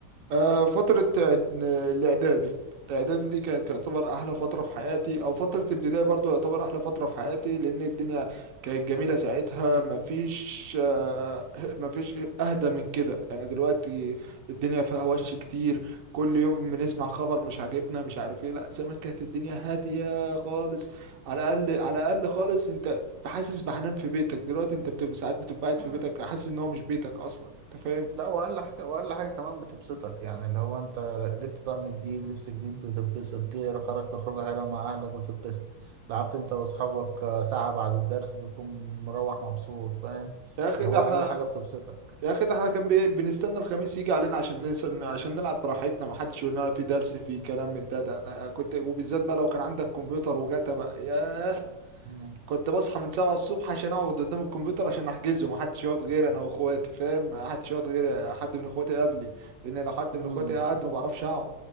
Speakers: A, on the right; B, on the right.
A: آه، فترة إعد- الإعدادي الإعدادي دي كانت تعتبر أحلى فترة في حياتي أو فترة ابتدائي برضو يعتبر أحلى فترة في حياتي لأن الدنيا كانت جميلة ساعتها مفيش آه، مفيش أهدى من كده يعني دلوقتي الدنيا فيها وش كتير كل يوم بنسمع خبر مش عاجبنا مش عارف إيه لأ زمان كانت الدنيا هادية خالص على الأقل على الأقل خالص أنت حاسس بحنان في بيتك دلوقتي أنت بتبقى ساعات بتبقى قاعد
B: مم.
A: في بيتك حاسس إن هو مش بيتك أصلا أنت فاهم؟
B: لا واقل حاجه واقل حاجه كمان بتبسطك يعني اللي هو انت جبت طقم جديد لبس جديد بتتبسط جه خرجت خروجه حلوه مع اهلك بتتبسط لعبت انت واصحابك آه، ساعه بعد الدرس بتكون مروح مبسوط فاهم
A: يا اخي
B: اللي
A: ده
B: هو
A: احنا
B: اقل حاجه بتبسطك
A: يا اخي ده احنا كان بي- بنستنى الخميس يجي علينا عشان نس... عشان نلعب براحتنا ما حدش يقول لنا في درس في كلام من ده, ده انا كنت وبالذات بقى لو كان عندك كمبيوتر وجاتا بقى ياه
B: مم.
A: كنت بصحى من 7 الصبح عشان اقعد قدام الكمبيوتر عشان احجزه ما حدش يقعد غير انا واخواتي فاهم ما حدش يقعد غير حد من اخواتي قبلي لان لو حد
B: مم.
A: من اخواتي قاعد ما بعرفش اقعد